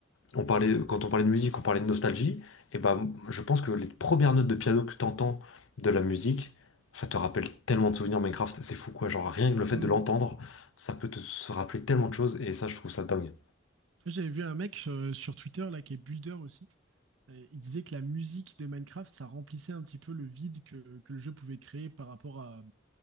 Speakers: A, on the left; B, on the right.
A: on parlait, quand on parlait de musique, on parlait de nostalgie, et ben je pense que les premières notes de piano que tu entends de la musique, ça te rappelle tellement de souvenirs Minecraft, c'est fou quoi, genre rien que le fait
B: Mm.
A: de l'entendre, ça peut te se rappeler tellement de choses, et ça je trouve ça dingue.
B: J'avais vu un mec euh, sur Twitter là qui est builder aussi. Euh, il disait que la musique de Minecraft, ça remplissait un petit peu le vide que, que le jeu pouvait créer par rapport à, euh,